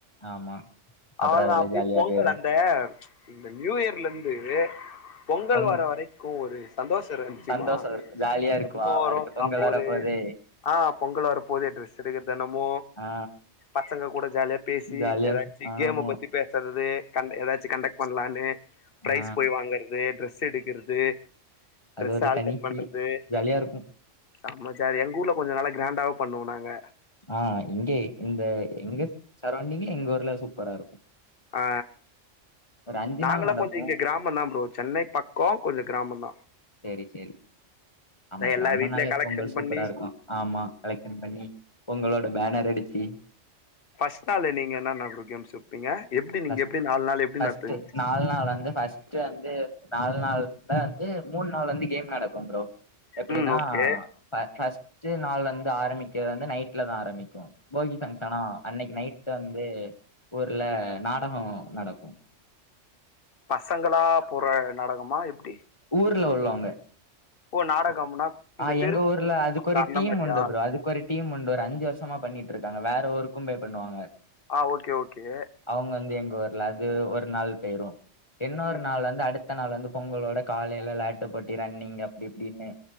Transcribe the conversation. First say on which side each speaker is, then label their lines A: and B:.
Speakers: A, on the left (about 25°); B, on the left (about 50°).
A: ஆமா அப்புறோ
B: அவளோதா
A: அதுல
B: அப்டியே
A: ஜாலியா
B: பொங்கல்
A: போயிரு
B: அந்த இந்த நியூ இயர்லருந்து பொங்கல்
A: பொங்
B: வர வரைக்கு ஒரு சந்தோஷ இரு தெரியுமா
A: சந்தோஷோ இருக்கு ஜாலியா இருக்கு
B: எப்போ
A: வாவ்
B: வரும்
A: அடுத்து
B: சாப்ப
A: பொங்கல் வர
B: ஒரு
A: போதே
B: ஆ பொங்கல் வரப் ஒரே ட்ரெஸ் எடுக்கறதோ என்னமோ
A: ஆ
B: பசங்க கூட ஜாலியா பேசி
A: ஜாலியா
B: ஏதாச்சி
A: ஆமா
B: கேம் ஆ பத்தி பேசுறது கண் ஏதாச்சும் கண்டக்ட் பண்ணலனு பிரரைஸ்
A: ஆ
B: போய் வாங்கறது ட்ரெஸ் எடுக்குறது ட்ரெஸ்
A: அது ஒரு
B: ஆல்டர்
A: தனி
B: பண்றது
A: ஃபீல் ஜாலியா இருக்கு
B: செம்ம ஜாலி எங்க ஊர்ல கொஞ்ச நல்லா கிராண்டாவே பண்ணுவோ நாங்க
A: ஆ இங்கே இந்த எங்க சரௌண்டிங்ல எங்க ஊர்ல சூப்பரா இருக்கு
B: ஆ
A: ஒரு அஞ்சு
B: நாங்களும்
A: நாள் நடக்கு
B: கொஞ்சம் இங்க கிராம ம தா ப்ரோ சென்னை பக்கம் கொஞ்ச கிராமந்த
A: செரி செரி ஆமா
B: எல்லா
A: கிராமன்னாலே
B: வீட்லயு கலெக்ஷன்
A: பொங்கல் சூப்பரா
B: பண்ணி
A: இருக்கு ஆமா கலெக்ஷன் பண்ணி பொங்களோட பேனர் அடிச்சு
B: பர்ஸ்ட் நாள் நீங்க என்னன்ன ப்ரோ கேம்ஸ் வைப்பீங்க எப்படி நீங்க
A: ஃபஸ்ட்
B: எப்படி நாலு நாள் எப்படி
A: ஃபஸ்ட்டு
B: நடத்துங்க
A: நாலு நாள் வந்து ஃப் ஸ்ட் வந்து நாலு நாள்ல வந்து மூணு நாள் வந்து கேம் நடக்கும் ப்ரோ எப்படின்னா
B: ம் ஓகே
A: ப பஸ்ட் நாள் வந்து ஆரம்பிக்கத வந்து நைட்ல தா ஆரம்பிக்கு போகி பங்க்ஷனா அன்னைக்கு நைட் வந்து ஊர்ல நாடகம் நடக்கும்
B: பசங்களா போற நாடகமா எப்படி
A: ஊர்ல உள்ளவங்க
B: ஓ நாடகம்னா இந்த
A: ஆ
B: தெருக்கூத்துன்னு
A: எங்க ஊர்ல
B: சொல்லுவாங்கல்ல
A: அதுக்கு ஒரு
B: அந்த
A: டீம்
B: மாரியா
A: உண்டு ப்ரோ அதுக் ஒரு டீம் உண்டு ஒரு அஞ்சு வருஷமா பண்ணிட்டு இருக்காங்க வேற ஊருக்கும் பே பண்ணுவாங்க
B: ஆ ஓகே ஓகே
A: அவங்க வந்து எங்க ஊர்ல அது ஒரு நாள் போயிரும் இன்னொரு
B: ம்
A: நாள் வந்து அடுத் அத்த நாள் வந்து பொங்கலோட காலையல்ல லேட்டா போட்டி ரன்னிங் அப்டி இப்டின்னு